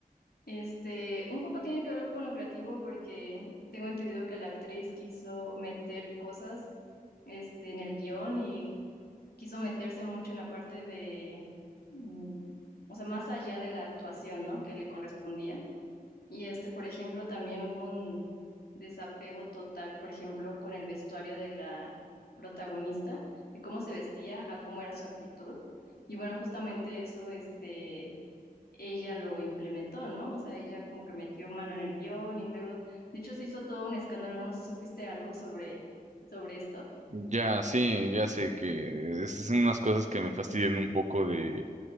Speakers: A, on the left; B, on the right.
A: Este, un poco tiene que ver con lo creativo porque tengo entendido que la actriz quiso meter cosas, este, en el guión y quiso meterse mucho en la parte de, mm, o sea, más allá de la actuación, ¿no? Que le correspondía. Y este, por ejemplo, también hubo un desapego total, por ejemplo, con el vestuario de la protagonista, de cómo se vestía a cómo era su actitud. Y bueno, justamente eso, este, ella lo implementó, ¿no? O sea, ella como que metió mano en el guión y luego, de hecho, se hizo todo un escándalo, no sé si supiste algo sobre, sobre esto.
B: Ya, sí, ya sé que esas son unas cosas que me fastidian un poco de,